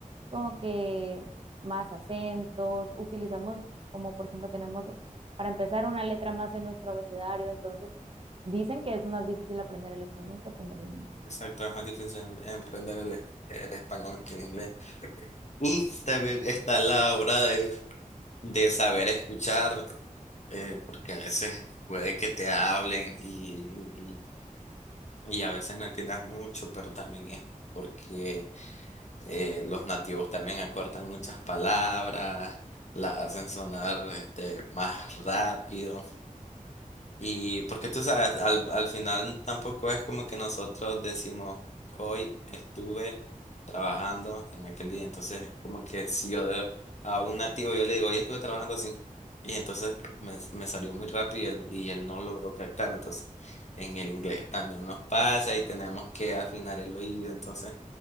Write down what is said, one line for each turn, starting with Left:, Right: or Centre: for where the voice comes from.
Right: como que más acentos, utilizamos como por ejemplo tenemos para empezar una letra más en nuestro abecedario, entonces dicen que es más difícil aprender el español que aprender el inglés.
Left: exacto, es más difícil em- emprender el, es- el español que el inglés. Y también está la obra de, de saber escuchar eh, porque a veces puede que te hablen y, y- y a veces no entiendas mucho, pero también es porque eh, los nativos también acortan muchas palabras, las hacen sonar este, más rápido. Y porque tú sabes, al, al final tampoco es como que nosotros decimos, hoy estuve trabajando en aquel día. Entonces, es como que si yo de- a un nativo yo le digo, hoy estuve trabajando así. Y entonces me, me salió muy rápido y él, y él no logró captar. Entonces, en el inglés también nos pasa y tenemos que afinar el oído. Entonces,